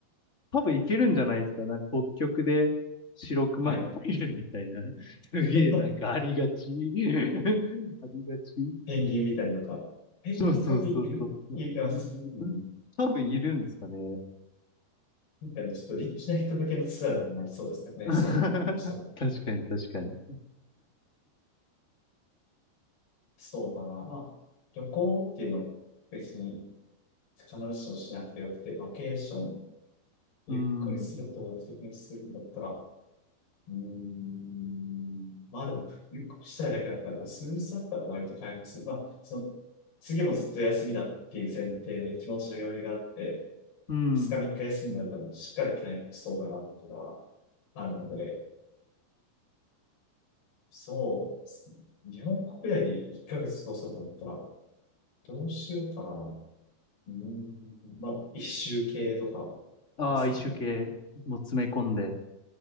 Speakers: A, on the left; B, on the left.
A: 多分いけるんじゃないですか。なんか北極で白熊見るみたいな。
B: はい。
A: <laughs> すげえなんかありがち。
B: <laughs>
A: <laughs> ありがち。
B: ペンギンみたいのか。ペンギン、
A: そうそうそうそう。
B: 北極いるいます。うん。
A: 多分いるんですかね。
B: みたいな、ちょっとリッチな人向けのツアーだとまりそうですかね、
A: <laughs> 確かに確かに。
B: そういうの。したら、そうだな。まあ、旅行っていうのは別に必ずしもしなくてよくて、バケーション、ゆっくりすることが目的にするんだったら、
A: うん。
B: うーん、まあでも、ゆっくりしたいだけだから、数日だったら割と回復する。まあ、その、次もずっと休みだっていう前提で気持ちの余裕があって、
A: うん。
B: 2日3日休みになるとしっかり回復しそうだなっていうのはあるので、そうですね。日本国内で1ヶ月過ごそうと思ったら、どうしようかな。うーん、まあ、一周系とか
A: ああ、
B: ですかね。
A: 一周系も詰め込んで。